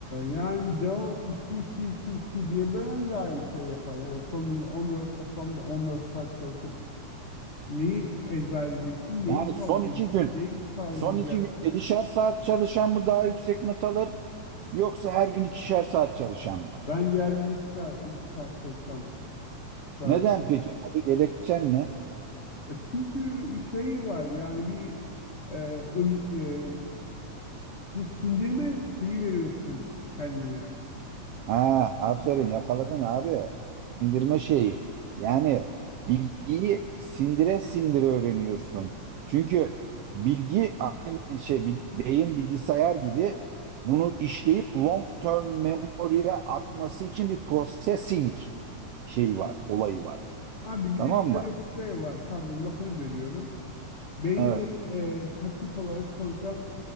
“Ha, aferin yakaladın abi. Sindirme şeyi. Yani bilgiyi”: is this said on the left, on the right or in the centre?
Right